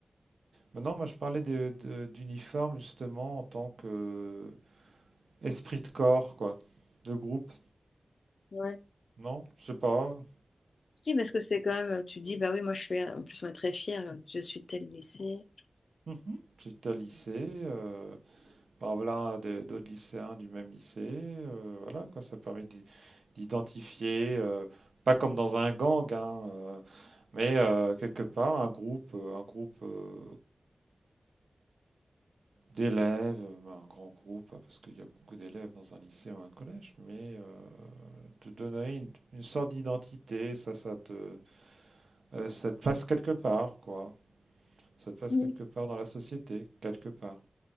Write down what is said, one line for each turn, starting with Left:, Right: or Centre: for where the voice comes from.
Right: Maintenant, moi, je parlais de, de- d'uniforme, justement, en tant que esprit de corps, quoi, de groupe.
Left: Ouais.
Right: Non, je sais pas.
Left: Si, parce que c'est quand même, tu dis, bah oui, moi je suis, en plus on est très fiers, je suis tel lycée.
Right: Mhm. J'étais à lycée, euh, bah, voilà, des- d'autres lycéens du même lycée, euh, voilà, quoi, ça permet d'i- d'identifier, euh, pas comme dans un gang, hein, euh, mais euh, quelque part un groupe, euh, un groupe euh, d'élèves, euh, bah, un grand groupe, hein, parce qu'il y a beaucoup d'élèves dans un lycée ou un collège, mais euh, te donner une, une sorte d'identité, ça, ça te, euh, ça te place quelque part, quoi. Ça te passe
Left: Oui,
Right: quelque part dans la société, quelque part.